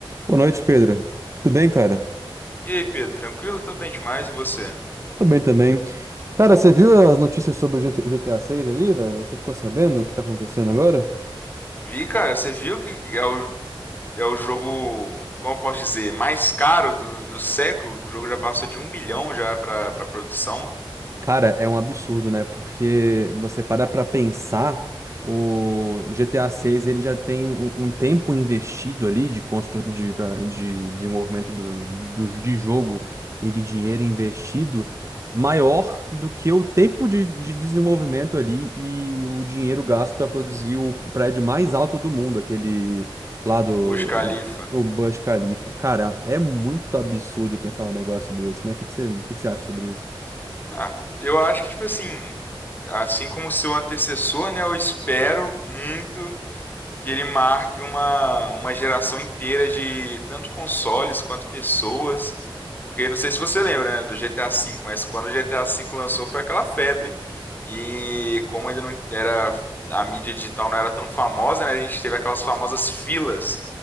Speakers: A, on the right; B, on the left.
A: Boa noite, Pedro. Tudo bem, cara?
B: E aí, Pedro, tranquilo? Tô bem demais, e você?
A: Tudo bem também. Cara, você viu as notícias sobre o GT- GTA 6 ali, velho? Você ficou sabendo o que tá acontecendo agora?
B: Vi, cara, você viu que é o, é o jogo, como eu posso dizer, mais caro do, do século? O jogo já passou de um bilhão já pra, pra produção,
A: Cara, é um absurdo, né? Porque você para pra pensar, o GTA 6 ele já tem um, um tempo investido ali de, constru... de, pra- de desenvolvimento do, do, de jogo e de dinheiro investido maior do que o tempo de, de desenvolvimento ali e o dinheiro gasto para produzir o prédio mais alto do mundo, aquele lá do
B: o Burj Khalifa.
A: da- o Burj Khalifa. Cara, é muito absurdo pensar um negócio desse, né? O que que você, o que que você acha sobre isso?
B: Ah, eu acho que, tipo assim, assim como seu antecessor, né, eu espero muito que ele marque uma, uma geração inteira de tanto consoles quanto pessoas. Porque não sei se você lembra, né, do GTA V, mas quando o GTA V lançou foi aquela febre. E como ainda não era a mídia digital não era tão famosa, né, a gente teve aquelas famosas filas